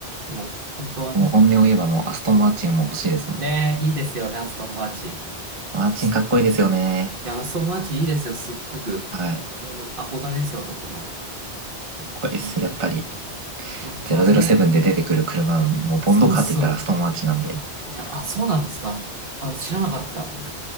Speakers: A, on the right; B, on the right.
A: でも、本当はね、
B: もう本音を言えばもうアストンマーチンも欲しいですもん。
A: ね、本当にねえいいですよね、アストンマーチン。
B: マーチンかっこいいですよね。
A: すうんいや、アストンマーチンいいですよ、すっごく。
B: はい。かっ
A: あでも憧れですよ、男の。本当に。
B: こいいです。やっぱり、
A: 本当はね、
B: 007で出てくる車、もうボンドカーって言ったらアストンマーチンなんで。
A: そうそう。いや、あ、そうなんですか。あ、知らなかった。